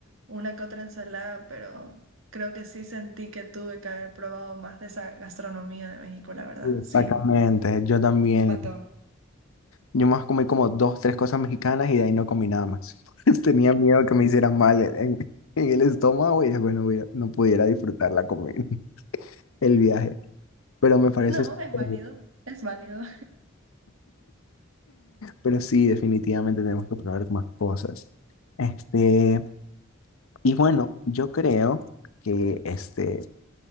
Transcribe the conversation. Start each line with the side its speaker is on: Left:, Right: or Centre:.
Right: una que otra ensalada, pero creo que sí sentí que tuve que haber probado más de esa gastronomía de México, la verdad.
Left: Exactamente,
Right: Sí.
Left: yo también.
Right: Te faltó
Left: Yo más comí como dos, tres cosas mexicanas y de ahí no comí nada más. <laughs> Tenía miedo que me hicieran mal en, en- en el estómago y después no, hubiera- no pudiera disfrutar la comida, <laughs> el viaje. Pero me parece
Right: No,
Left: súper
Right: es válido,
Left: bien.
Right: es válido.
Left: Pero sí, definitivamente tenemos que probar más cosas. Este, y bueno, yo creo que este,